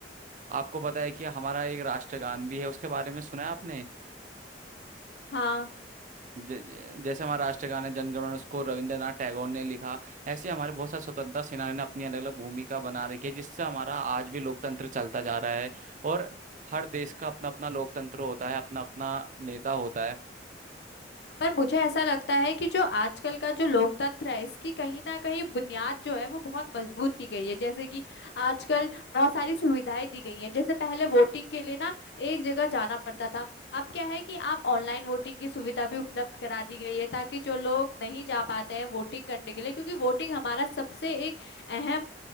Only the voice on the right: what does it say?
आपको पता है कि हमारा एक राष्ट्रगान भी है उसके बारे में सुना है आपने
ज, ज- जैसे हमारा राष्ट्रगान है जनगणमन उसको रविंद्रनाथ टैगोर ने लिखा ऐसे हमारे बहुत सारे स्वतंत्रता सेनानियों ने अपनी अलग अलग भूमिका बना रखी है जिससे हमारा आज भी लोकतंत्र चलता जा रहा है और हर देश का अपना अपना लोकतंत्र होता है अपना अपना नेता होता है